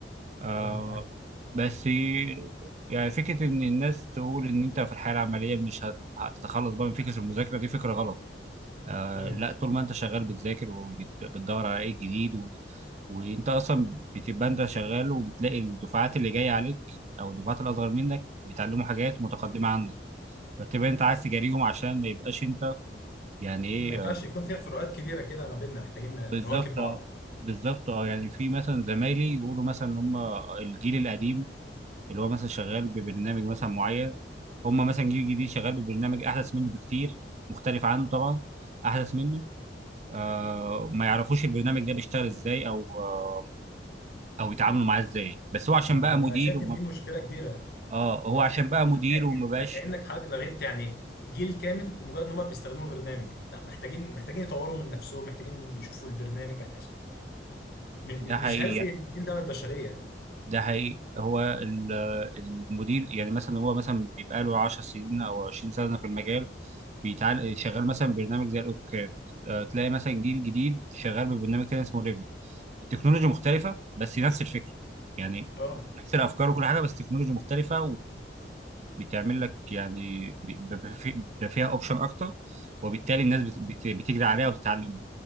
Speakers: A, on the right (about 40°); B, on the left (about 55°).
A: آه
B: اه فاهم
A: بس يعني فكره ان الناس تقول ان انت في الحياه العمليه مش هت- هتتخلص بقى من فكره المذاكره دي فكره غلط آه
B: امم
A: لا طول ما انت شغال بتذاكر وبتدور على ايه جديد و... وانت اصلا بتبقى انت شغال وبتلاقي الدفعات اللي جايه عليك او الدفعات الاصغر منك بيتعلموا حاجات متقدمه عنك فتبقى انت عايز تجاريهم عشان ما يبقاش انت يعني ايه
B: أمم، ما ينفعش
A: آه،
B: يكون فيها فروقات كبيره كده ما بيننا محتاجين
A: بالظبط
B: نواكب بعض
A: بالظبط اه يعني في مثلا زمايلي يقولوا مثلا ان هم الجيل القديم اللي هو مثلا شغال ببرنامج مثلا معين هم مثلا جيل جديد شغال ببرنامج احدث منه بكتير مختلف عنه طبعا احدث منه آه ما يعرفوش البرنامج ده بيشتغل ازاي او آه او يتعاملوا معاه ازاي بس هو عشان
B: انا ببقى
A: بقى مدير
B: شايف
A: وما
B: ان دي مشكله كبيره
A: اه هو
B: لا
A: عشان
B: يعني
A: بقى مدير
B: حكا...
A: وما
B: انت
A: بقاش
B: كانك حضرتك لغيت يعني جيل كامل لمجرد ان هم بيستخدموا برنامج لا محتاجين محتاجين يطوروا من نفسهم محتاجين يشوفوا البرنامج محتاج... م...
A: ده
B: م-
A: حقيقي
B: مش هلغي الجيل ده من البشريه
A: ده حقيقي هو ال- المدير يعني مثلا هو مثلا بيبقى له 10 سنين او 20 سنه في المجال بيتعال شغال مثلا برنامج زي الاوتوكاد آه، تلاقي مثلا جيل جديد شغال ببرنامج تاني اسمه ريفي التكنولوجيا مختلفه بس نفس الفكره يعني
B: اه
A: نفس الافكار وكل حاجه بس تكنولوجيا مختلفه وبتعمل لك يعني ب- ب- ب- في- بيبقى فيها اوبشن اكتر وبالتالي الناس بت- بت- بتجري عليها وتتعلم